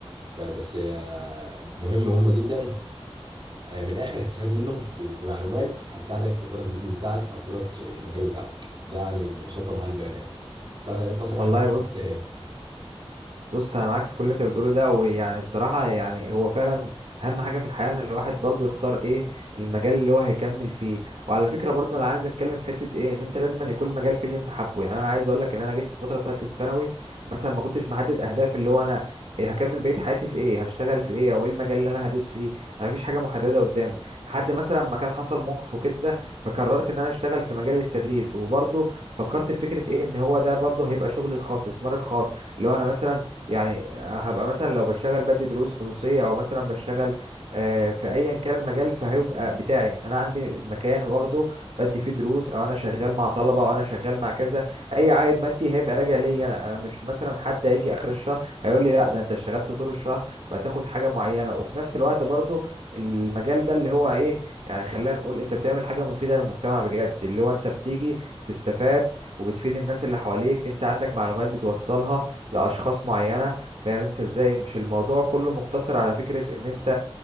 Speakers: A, on the right; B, on the right.
A: فبس آه، مهم مهم جدا آه، من الاخر هتستفاد منه ب- بمعلومات هتساعدك في اداره البيزنس بتاعك او في اداره المنتجات بتاعتك ده يعني ببساطه محلل بيانات ت- اتصل
B: والله
A: اخر حاجه شغلت
B: بص
A: ايه
B: بص انا معاك في كل اللي انت بتقوله ده ويعني بصراحه يعني هو فعلا اهم حاجه في الحياه ان الواحد برضو يختار ايه المجال اللي هو هيكمل فيه وعلى فكره برضو انا عايز اتكلم في حته ايه ان انت لازم أن يكون المجال فيه اللي انت حابه يعني انا عايز اقول لك ان انا جيت في الفتره بتاعت الثانوي مثلا ما كنتش محدد اهداف اللي هو انا هكمل بقيه حياتي في ايه هشتغل في ايه او ايه المجال اللي انا هدوس فيه انا مفيش حاجه محدده قدامي لحد مثلا ما كان حصل موقف وكده فقررت ان انا اشتغل في مجال التدريس وبرضو فكرت في فكره ايه ان هو ده برضو هيبقى شغلي الخاص استثماري الخاص اللي هو انا مثلا يعني آه، هبقى مثلا لو بشتغل بدي دروس خصوصية أو مثلا بشتغل آه، في أيا كان المجال فهيبقى بتاعي أنا عندي مكان واخده بدي فيه دروس أو أنا شغال مع طلبة أو أنا شغال مع كذا أي عائد مادي هيبقى راجع ليا أنا أنا مش مثلا حد هيجي آخر الشهر هيقول لي لا ده أنت اشتغلت طول الشهر فهتاخد حاجة معينة وفي نفس الوقت برضو المجال ده اللي هو إيه يعني خلينا نقول أنت بتعمل حاجة مفيدة للمجتمع بجد اللي هو أنت بتيجي تستفاد وبتفيد الناس اللي حواليك أنت عندك معلومات بتوصلها لاشخاص معينه فاهم انت ازاي مش الموضوع كله مقتصر على فكره ان انت